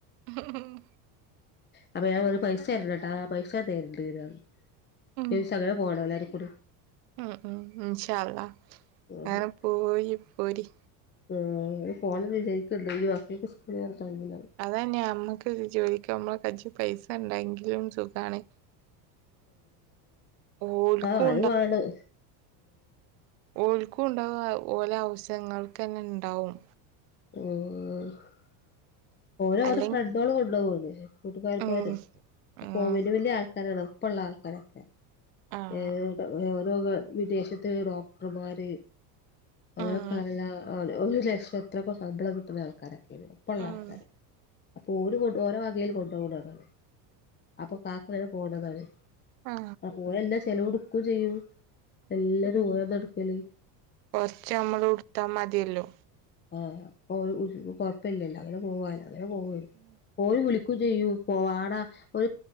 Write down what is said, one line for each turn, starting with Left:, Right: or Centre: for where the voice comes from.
Right: ഉം.
Left: അപ്പൊ ഞാൻ പറഞ്ഞു. പൈസ തരൂലട്ടോ ആ, പൈസ ഞാൻ തരണ്ട്ന്ന് പറഞ്ഞു.
Right: ഉം
Left: <unintelligible>
Right: ഉം. ഉ. ഇന്ഷാ അല്ലഹ്
Left: കൂടി
Right: അങ്ങനെ പോയി പോരി.
Left: ഉം പോണം വിചാരിക്കണ് ണ്ട്. ഈ വന്നിട്ട് സ്കൂളിൽ <unintelligible>
Right: അതന്നെയ നമ്മക്ക് ജോലിക്കുപോകുമ്പോൾ കൈൽ പൈസ ഉണ്ടെങ്കിലും സുഖമാണ്. ഓൽക്കും
Left: ആ, അത് വേണം.
Right: ഓൽ ക്കും ഉണ്ടാവും ഓലെ അവഷ്യങ്ങൾക്ക് തന്നെ ഉണ്ടാവും.
Left: മ്. <unintelligible> ഓരെ ഓര്
Right: അല്ലെങ്കി
Left: ഫ്രണ്ടോള് കൊണ്ടുപോകുലോ കൂട്ടുകാരന്മാര്
Right: ഉം
Left: അപ്പൊ
Right: ഉം
Left: വലിയ വലിയ ആൾക്കാരാണ്.. ഇപ്പോയുള്ള ആൾക്കാരെന്നെ.
Right: ആഹ്
Left: ഏ, ഓരോ വിദേശത്ത് ഡോക്ടർമാര് അങ്ങനെയൊക്കെഉള്ള
Right: ഉം
Left: ആൾ ഒരു ലക്ഷം എത്രക്കെ ശമ്പളം കിട്ടുന്ന ആൾക്കാര. ഇവരെ ഒപ്പള്ള
Right: ആണ്
Left: ആൾക്കാര്. അപ്പൊ ഒരേ വകയിൽ കൊണ്ടുപോണതാണ്. അപ്പൊ കാക്ക ഇങ്ങനെ പോണതാണ്.
Right: ആ.
Left: ഒരെന്നെ എല്ലാ ചെലവ് എടുക്കും ചെയ്യും. എല്ലാതും ഒരെന്നെ എടുക്കല്.
Right: കുറച്ച് നമ്മളും എടുത്ത മതിയല്ലോ.
Left: ആ, ഉ കൊഴപ്പില്ലല്ലോ. അങ്ങനെ പോവലോ അങ്ങനെ പോകും ഓൽ.
Right: ഉം <inaudible>
Left: ഓര് വിളിക്കും ചെയ്യും. പോവാട ഒര്